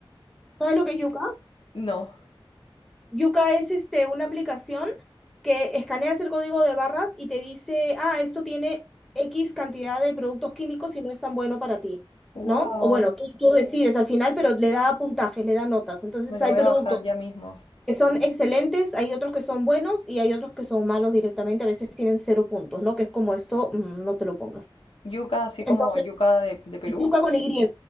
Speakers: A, in the centre; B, on the left.
A: ¿Sabes lo que es yuca?
B: No.
A: Yuca es este, una aplicación que escaneas el código de barras y te dice, ah, esto tiene X cantidad de productos químicos y no es tan bueno para ti,
B: Wow.
A: ¿no? O bueno, tú, tú decides al final, pero le da puntajes, le da notas. Entonces
B: Me lo
A: hay
B: voy
A: productos
B: a bajar ya mismo.
A: que son excelentes, hay otros que son buenos y hay otros que son malos directamente, a veces tienen cero puntos, ¿no? Que es como esto, mm, no te lo pongas.
B: Yuca, así
A: Entonces,
B: como yuca de, de Perú.
A: yuca con Y,